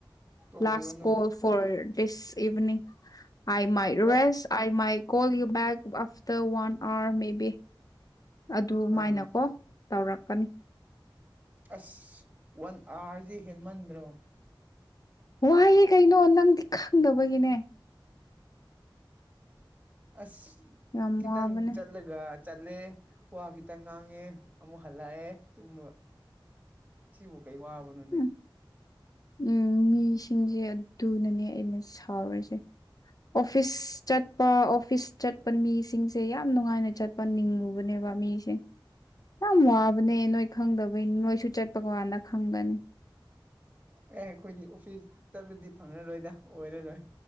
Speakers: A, on the right; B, on the left.
A: ꯇꯣꯛꯍꯧꯔꯅꯨ
B: ꯂꯥꯁ call for this evening I ꯃꯥꯏ
A: ꯇꯠ
B: race I my call you back after one hour May B ꯑꯗꯨꯃꯥꯏꯅꯀꯣ
A: ꯑꯥ
B: ꯇꯧꯔꯛꯀꯅꯤ
A: ꯑꯁ ꯋꯥꯟ ꯑꯥꯋꯥꯔꯗꯤ ꯍꯦꯟꯃꯟꯗ꯭ꯔꯣ
B: ꯋꯥꯍꯩꯌꯦ ꯀꯩꯅꯣ ꯅꯪꯗꯤ ꯈꯪꯅꯕꯒꯤꯅꯦ
A: ꯑꯁ
B: ꯌꯥꯝ
A: ꯈꯤꯇꯪ
B: ꯋꯥꯕꯅꯦ
A: ꯆꯠꯂꯒ ꯆꯠꯂꯦ ꯋꯥ ꯈꯤꯇꯪ ꯉꯥꯡꯉꯦ ꯑꯃꯨꯛ ꯍꯜꯂꯛꯑꯦꯨꯝ ꯁꯤꯕꯨ ꯀꯩ ꯋꯥꯕꯅꯣꯅꯦ
B: ꯎꯝ ꯎꯝ ꯃꯤꯁꯤꯡꯁꯦ ꯑꯗꯨꯅꯅꯦ ꯑꯩꯅ ꯁꯥꯎꯔꯤꯁꯦ ꯑꯣꯐꯤꯁ ꯆꯠꯄ ꯑꯣꯐꯤꯁ ꯆꯠꯄ ꯃꯤꯁꯤꯡꯁꯦ ꯌꯥꯝ ꯅꯨꯡꯉꯥꯏꯅ ꯆꯠꯄ ꯅꯤꯡꯉꯨꯕꯅꯦꯕ ꯃꯤꯁꯦ ꯌꯥꯝ ꯋꯥꯕꯅꯦ ꯅꯣꯏ ꯈꯪꯗꯕꯩ ꯅꯣꯏꯁꯨ ꯆꯠꯄ ꯀꯀꯥꯟꯗ ꯈꯪꯒꯅꯤ
A: ꯑꯦ ꯑꯩꯈꯣꯏꯒꯤ ꯑꯣꯐꯤꯁꯇꯕꯨꯗꯤ ꯐꯪꯂꯉꯔꯣꯏꯗ ꯑꯣꯏꯔꯔꯣꯏ